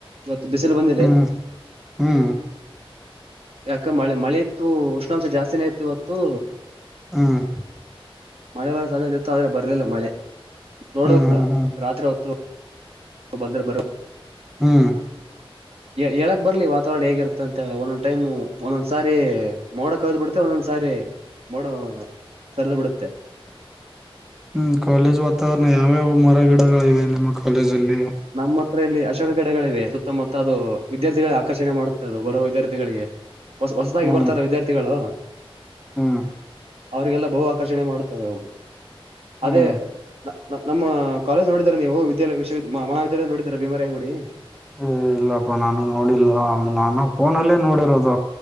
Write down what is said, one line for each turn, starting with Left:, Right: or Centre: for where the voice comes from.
Right: ಇವತ್ತು ಬಿಸಿಲು ಬಂದಿದೆ.
Centre: ಹ್ಮ್ ಹ್ಮ್
Right: ಯಾಕ ಮಳೆ ಮಳೆ ಇತ್ತು ಉಷ್ಣಾಂಶ ಜಾಸ್ತಿನೇ ಇತ್ತು ಇವತ್ತು.
Centre: ಹ್ಮ್
Right: ಮಳೆ ಬಾರೋ ಸಾಧ್ಯತೆ ಇತ್ತು ಆದ್ರೆ ಬರ್ಲಿಲ್ಲ ಮಳೆ ನೋಡ್ಬೇಕಕ್
Centre: ಹ್ಮ್ ಹ್ಮ್ ಹ್ಮ್
Right: ರಾತ್ರಿ ಹೊತ್ತು. ಬಂದ್ರೆ.
Centre: ಹ್ಮ್
Right: ಹೇಳಕ್ ಬರ್ಲಿ ವಾತಾವರಣ ಹೇಗಿರುತ್ತ ಅಂತ ಹೇಳ ಒಂದೊಂದ ಟೈಮು ಒಂದೊಂದ್ ಸಾರಿ ಮೋಡ ಕವಿದು. ಮ ಒಂದೊಂದ್ ಸಾರಿ ಮೋಡ ಸರಿದು ಬಿಡುತ್ತೆ.
Centre: ಹ್ಮ್ ಕಾಲೇಜ್ ವಾತಾವರಣ ಯಾವ್ಯಾವ ಮರ ಗಿಡಗಳಿವೆ ನಿಮ್ಮ ಕಾಲೇಜಲ್ಲಿ.
Right: ನಮ್ಮ ಹತ್ರ ಇಲ್ಲಿ ಅಶೋಕ ಗಿಡಗಳಿವೆ ಸುತ್ತ ಮ ಅದು ವಿದ್ಯಾರ್ಥಿಗಳ ಆಕರ್ಷಣೆ ಮಾಡುತ್ತದ ಬರುವೋ ವಿದ್ಯಾರ್ಥಿಗಳಿಗೆ ಹೊ ಹೊಸದಾಗಿ
Centre: ಹ್ಮ್
Right: ಬರ್ತಾರ ವಿದ್ಯಾರ್ಥಿಗಳು
Centre: ಹ್ಮ್
Right: ಅವ್ರಿಗೆಲ್ಲ ಬಹು ಆಕರ್ಷಣೆ ಮಾಡುತ್ತವೆ ಅವು
Centre: ಹ್ಮ್
Right: ಅದೇ ನಮ್ಮ ಕಾಲೇಜ ನೋಡೀರ ನೀವು ವಿದ್ಯಾಲಯ ವಿಶವ ಮಹಾವಿದ್ಯಾಲಯ ನೋಿದೀರ ಭೀಮರ ಅಂಗುಡಿ
Centre: ಏ ಇಲ್ಲಪ್ಪಾ ನಾನು ನೋಡಿಲ್ ನಾನು ಫೋನಲ್ಲೇ ನೋಡಿರೋದ